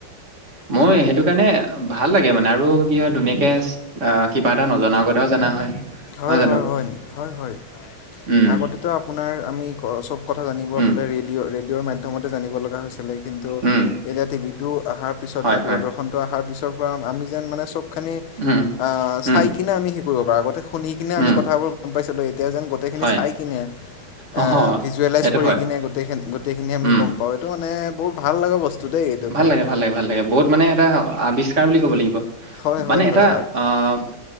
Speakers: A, on the right; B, on the left.
A: মই সেইটো কাৰণে ভাল লাগে মানে, আৰু কি হয় ধুনীয়াকে আ কিবা এটা নজনা কথাও জনা হয়।
B: হয়,
A: নহয় জানো?
B: হয়, হয়। হয়, হয়।
A: উম
B: আগতে তো আপোনাৰ আমি চব কথা জানিবৰ
A: উম
B: হ'লে ৰেডিঅ' ৰেডিঅ'ৰ মাধ্যমতে জানিব লগা হৈছিলে। কিন্তু
A: উম,
B: এতিয়া টিভিটো অহাৰ পিছত
A: হয়,
B: বা দূৰদৰ্শন
A: হয়।
B: শনটো আহাৰ পিছৰ পৰা আমি যেন মানে চবখিনি
A: উম,
B: আ
A: উম,
B: চাইকিনে আমি হেই কৰিব পাৰোঁ। আগতে নি কিনে
A: উম,
B: আমি কথাবোৰ গম পাইছিলোঁ। এতিয়া যেন গোটেইখিনি
A: হয়।
B: চাই কিনে, এ,
A: অ', হয়,
B: ভিজুৱেলাইজ
A: সেইটো
B: কৰি
A: হয়।
B: কিন নে গোটেইখিনি, গোটেইখিনি আমি
A: উম,
B: গম পাওঁ। এইটো মানে বহুত ভাল লগা বস্তু। দেই এইটো
A: ভাল
B: কাৰ
A: লাগে, ভাল লাগে, ভাল লাগে। বহুত মানে এটা আৱিষ্কাৰ বুলি ক'ব লাগিব।
B: হয় হয়
A: মানে
B: হয়
A: এটা, আ',